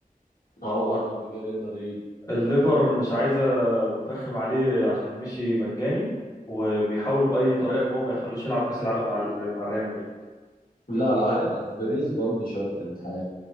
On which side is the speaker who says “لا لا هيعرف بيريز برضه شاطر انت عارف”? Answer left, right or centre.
Left